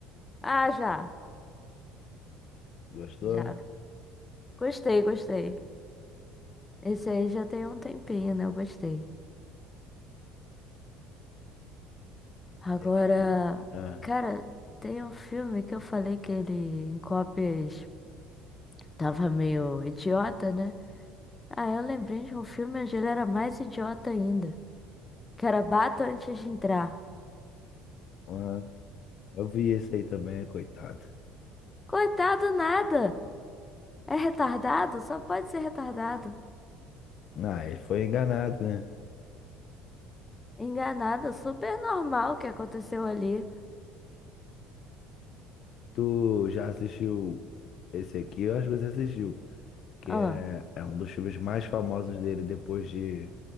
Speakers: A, on the left; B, on the left.
A: Ah, já.
B: Gostou?
A: Já Gostei, gostei. Esse aí já tem um tempinho, né? Eu gostei. Agora,
B: Ele. Ah,
A: cara, tem um filme que eu falei que ele em cópias tava meio idiota, né? Ah, eu lembrei de um filme onde ele era mais idiota ainda. Que era Bata antes de entrar.
B: ah, eu vi esse aí também, coitado.
A: Coitado, nada! É retardado? Só pode ser retardado.
B: Ah, ele foi enganado, né?
A: Enganado, super normal o que aconteceu ali.
B: Tu já assistiu esse aqui? Eu acho que você assistiu, que
A: Ah,
B: é, é um dos filmes mais famosos dele depois de